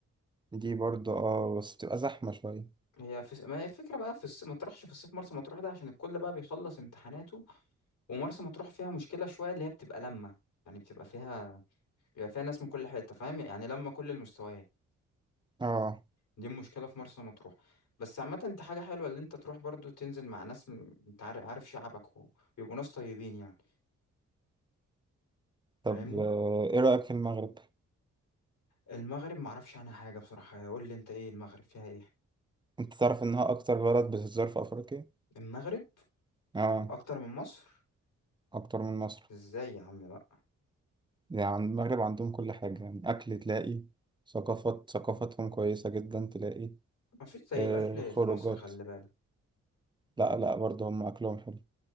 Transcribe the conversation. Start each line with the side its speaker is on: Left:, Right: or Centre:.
Right: دي برضه اه بس تبقى زحمة شوية
Left: هي في... ما هي الفكره بقى في الص... ما تروحش في الصيف مرسى مطروح ده عشان الكل بقى بيخلص امتحاناته ومرسى مطروح فيها مشكله شويه اللي هي بتبقى لما يعني بتبقى فيها بيبقى فيها ناس من كل حته فاهم يعني لما كل المستويات
Right: اه
Left: دي مشكلة في مرسى مطروح بس عامة دي حاجة حلوة اللي انت تروح برضو تنزل مع ناس م- انت عارف عارف شعبك وبيبقوا ناس طيبين يعني
Right: طب
Left: فاهمني
Right: آه، ايه رأيك في المغرب
Left: المغرب معرفش عنها حاجة بصراحة قول لي انت ايه المغرب فيها ايه
Right: انت تعرف انها اكتر بلد بتتزار في افريقيا
Left: المغرب
Right: اه
Left: اكتر من مصر
Right: اكتر من مصر
Left: ازاي يا عم لا
Right: يعني المغرب عندهم كل حاجة يعني اكل تلاقي ثقافات ثقافتهم كويسة جدا تلاقي
Left: مفيش زي
Right: آه
Left: الاكل
Right: خروجات
Left: في مصر خلي بالك
Right: لا لا برضه هم أكلهم حلو